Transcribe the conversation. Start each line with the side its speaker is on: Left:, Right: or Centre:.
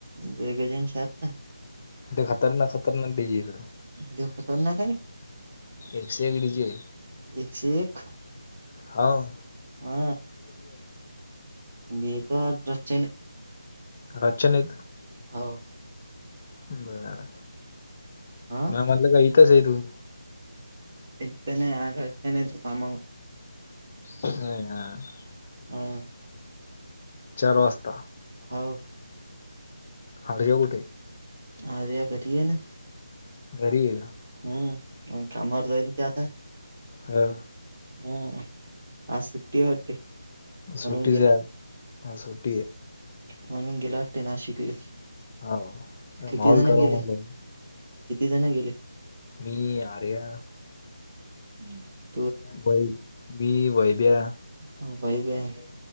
Right: ट्रेगजन्शी आता
Left: लई खतरनाक खतरनाक डीजे हायेतं
Right: लई खतरनाक आहे,
Left: एकशे एक डीजे
Right: एकशे एक
Left: हाव
Right: हा आणि येतात अचानक
Left: घरच्यांना एक
Right: हो
Left: बर
Right: आ..
Left: मला वाटलं काय विकत घेतलं
Right: एक तर नाही आ येत तर नाही तू कामावर
Left: अ है हा <unintelligible>
Right: <unintelligible>
Left: चार वाजता
Right: दहा व
Left: खायला जमतय
Right: सहा वेळा पाठीवलेलं
Left: घरी रहा.
Right: ह कारन कामात राहीली ती आता
Left: हम
Right: हम् आज सुट्टी वर आहे वाटतं होती म्हणून
Left: सुट्टीच
Right: गेला.
Left: आहे आज सुट्टी होती
Right: म्हणून गेला वाटतं नाशिकला
Left: आहे हा
Right: किती
Left: माहोल
Right: जणं
Left: करावं
Right: गेलेत,
Left: म्हणलं
Right: किती जणं गेलेत.
Left: ती आर्या
Right: हम्
Left: लॅबवर मी वैभ्या
Right: ह वई बया <unintelligible>